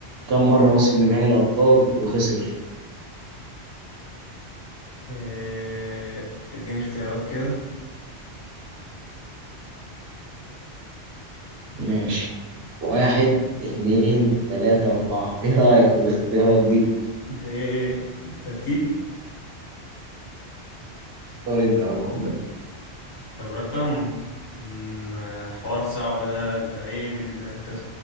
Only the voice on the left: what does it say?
آه، اديني اختيارات كده
ايه الترتيب
الرقم مم، آه، حوار صعب ده انت ايه بال- انت